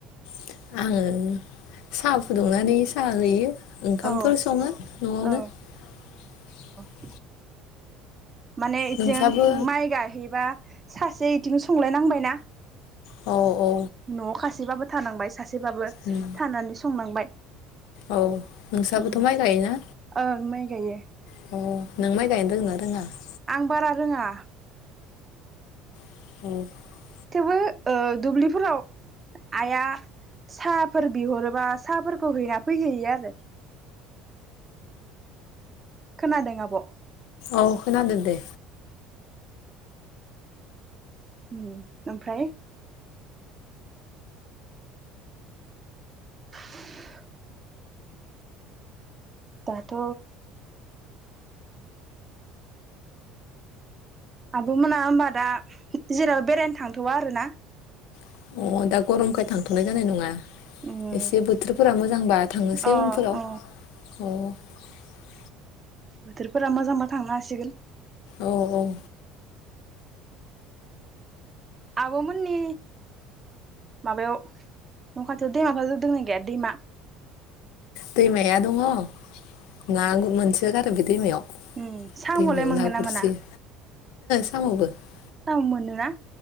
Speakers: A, on the left; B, on the right.
A: <inaudible> <inaudible>
B: औ औ <inaudible> माने बिथिं
A: नोंसाबो
B: माइ गायहैबा सासे इथिं संलायनांबायना
A: औ औ
B: न'आव खासिबाबो थानांबाय सासे एसेबाबो
A: उम
B: थानानै संनांबाय
A: औ नोंस्राबोथ'
B: उम
A: माइ गायोना?
B: ओं माइ गायो
A: <inaudible>
B: आं बारा रोङा
A: <inaudible>
B: थेवबो ओ दुब्लिफोराव आइआ साहाफोर बिहरोबा साहाफोरखौ हैना फैहैयो आरो खोनादों आब'
A: औ खोनादों दे
B: ओम ओमफ्राय? <inaudible> दाथ' आब' मोना होमबा दा जेरावबो बेरायनो थांथ'वा आरोना?
A: <inaudible> <inaudible>
B: उम अ
A: <inaudible>
B: अ बोथोरफोरा मोजांबा थांनो हासिगोन
A: औ औ
B: आब' मोननि माबायाव न'खाथियाव दैमा दंना गैया दैमा?
A: दैमाया दङ ना <inaudible>
B: ओम साम'लाय
A: दैमायाव
B: मोनगोन
A: गुरसोयो
B: ना मोना?
A: <inaudible>
B: साम' मोनोना?